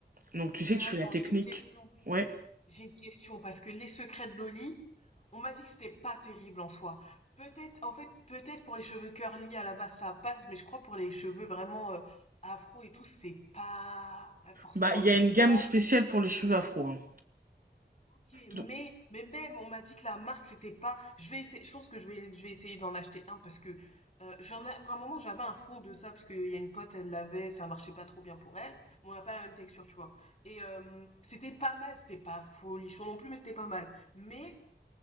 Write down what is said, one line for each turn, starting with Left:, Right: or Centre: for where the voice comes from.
Right: Donc tu sais,
Left: Mais
Right: tu
Left: attends,
Right: fais la technique.
Left: j'ai une question.
Right: Ouais.
Left: J'ai une question parce que les secrets de Loli, on m'a dit que c'était pas terrible en soi. Peut-être, en fait, peut-être pour les cheveux curly à la base ça passe, mais je crois pour les cheveux vraiment euh, afro et tout, c'est pas forcément
Right: Bah, il
Left: le
Right: y a une gamme
Left: top.
Right: spéciale pour les cheveux afro. hein.
Left: Ok, mais,
Right: Donc,
Left: mais même, on m'a dit que la marque, c'était pas. Je vais essayer, je pense que je vais, je vais essayer d'en acheter un parce que euh, j'en ai, à un moment, j'avais un fond de ça parce qu'il y a une pote, elle l'avait, ça marchait pas trop bien pour elle. Mais on n'a pas la même texture, tu vois. Et euh, c'était pas mal, c'était pas folichon non plus, mais c'était pas mal. Mais